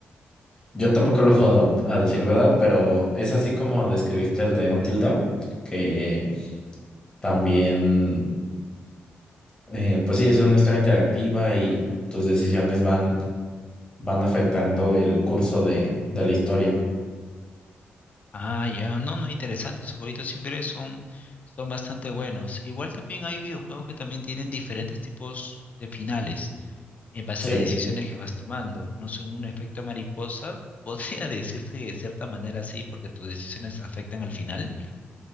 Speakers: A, on the left; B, on the left.
A: Yo tampoco lo he jugado, a decir verdad, pero es así como describiste el de Until Dawn, que también, eh, pues sí, es una historia interactiva y tus decisiones van, van afectando el curso de, de la historia.
B: Ah, ya, no, no, interesante, sus jueguitos siempre son, son bastante buenos. Igual también hay videojuegos que también tienen diferentes tipos de finales en base
A: Sí,
B: a las decisiones que vas tomando. No son un efecto mariposa, podría <laughs> decirse que de cierta manera sí, porque tus decisiones afectan al final,